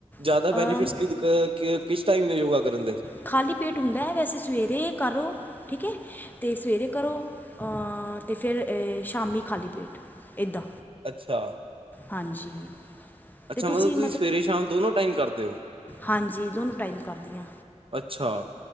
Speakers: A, on the right (about 50°); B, on the left (about 15°).
A: ਜਾਦਾ
B: ਮੋਰਨਿੰਗ
A: ਬੈਨੀਫਿਟਸ ਕਿਦ, ਕ ਕ ਕਿਸ ਟਾਈਮ ਨੇ ਯੋਗਾ ਕਰਨ ਦੇ?
B: ਖਾਲੀ ਪੇਟ ਹੁੰਦਾ ਹੈ, ਵੈਸੇ ਸਵੇਰੇ ਕਰੋ, ਠੀਕ ਹੈ। ਤੇ, ਸਵੇਰੇ ਕਰੋ ਆਂ, ਤੇ ਫੇਰ ਸ਼ਾਮੀ ਖਾਲੀ ਪੇਟ, ਏਦਾਂ।
A: ਅੱਛਾ!
B: ਹਾਂਜੀ।
A: ਅੱਛਾ,
B: ਤੇ ਤੁਸੀਂ
A: ਮਤਲਬ ਤੁਸੀ ਸਵੇਰੇ-ਸ਼ਾਮ ਦੋਨੋਂ ਟਾਈਮ ਕਰਦੇ ਓ?
B: ਹਾਂਜੀ। ਦੋਨੋ ਟਾਈਮ ਕਰਦੀ ਆ,
A: ਅੱਛਾ